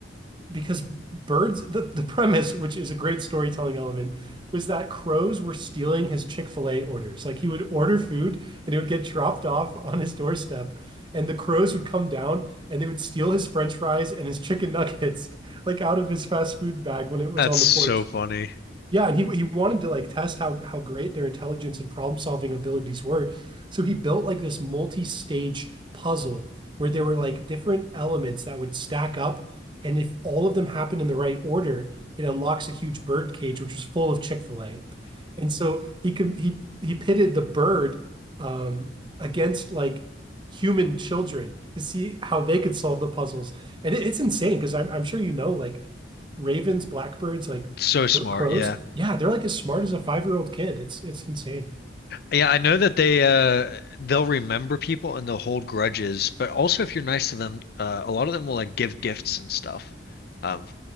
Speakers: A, on the right; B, on the left.
A: because birds the, the premise, which is a great storytelling element, was that crows were stealing his Chick-fil-A orders. Like he would order food and it would get dropped off on his doorstep, and the crows would come down and they would steal his French fries and his chicken nuggets <laughs> like out of his fast food bag when it was
B: That's
A: on
B: so
A: the porch.
B: funny.
A: Yeah, and he he wanted to like test how how great their intelligence and problem-solving abilities were. So he built like this multi-stage puzzle where there were like different elements that would stack up, and if all of them happen in the right order, it unlocks a huge bird cage which was full of Chick-fil-A. And so he could he he pitted the bird um against like human children to see how they could solve the puzzles. And it, it's insane because I'm I'm sure you know like ravens, blackbirds, like
B: It's so
A: cr-
B: smart,
A: crows,
B: yeah.
A: yeah, they're like as smart as a five-year-old kid. It's it's insane.
B: Yeah, I know that they uh they'll remember people and they'll hold grudges, but also if you're nice to them, uh a lot of them will like give gifts and stuff. Um,